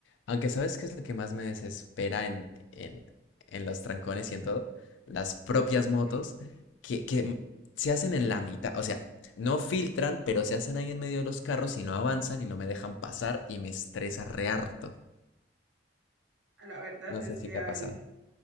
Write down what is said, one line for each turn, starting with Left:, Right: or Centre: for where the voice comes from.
Left: Aunque ¿sabes qué es lo que más me desespera en, en, en los trancones y en todo? Las propias
Right: Y que-
Left: motos
Right: que
Left: que, que m- se hacen en la mitad, o sea, no filtran, pero se hacen ahí en medio de los carros y no avanzan y no me dejan pasar y me estresa re harto.
Right: a la verdad
Left: No
Right: es
Left: sé si
Right: que
Left: te
Right: hay
Left: ha pasado.